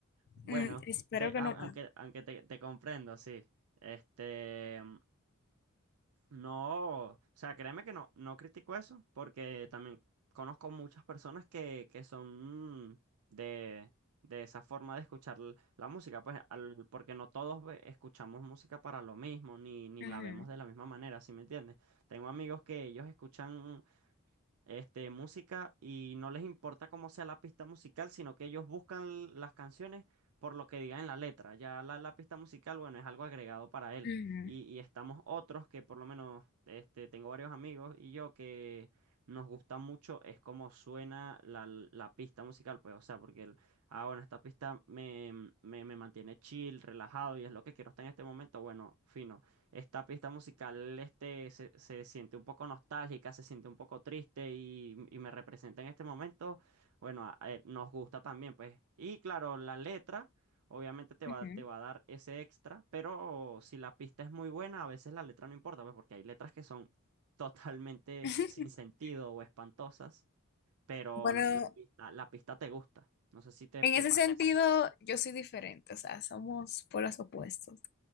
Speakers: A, on the right (about 80°); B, on the left (about 50°).
A: Bueno,
B: Mm, espero
A: te-
B: que
A: au-
B: no acabe.
A: aunque, aunque te, te comprendo, sí. Este, mm, no, o sea, créeme que no, no critico eso, porque también conozco muchas personas que, que son mm, de, de esa forma de escuchar l- la música, pues, al- porque no todos ve- escuchamos música para lo mismo, ni, ni
B: Ujú,
A: la vemos de la misma manera, ¿sí me entiendes? Tengo amigos que ellos escuchan este, música y no les importa cómo sea la pista musical, sino que ellos buscan las canciones por lo que diga en la letra. Ya la, la pista musical, bueno, es algo agregado para él.
B: ujú,
A: Y, y estamos otros que por lo menos, este, tengo varios amigos y yo que nos gusta mucho es cómo suena la, la pista musical, pues, o sea, porque el, ah, bueno, esta pista me, me, me mantiene chill, relajado y es lo que quiero hasta en este momento, bueno, fino. Esta pista musical este, se, se siente un poco nostálgica, se siente un poco triste y, y me representa en este momento. Bueno, a- a- nos gusta también, pues. Y claro, la letra obviamente te
B: ujú.
A: va, te va a dar ese extra, pero si la pista es muy buena, a veces la letra no importa, pues porque hay letras que son totalmente
B: <laughs>
A: sin sentido o espantosas, pero
B: Bueno,
A: la pista, la pista te gusta. No sé si te,
B: En
A: te
B: ese
A: pasa
B: sentido,
A: así.
B: yo soy diferente, o sea, somos polos opuestos,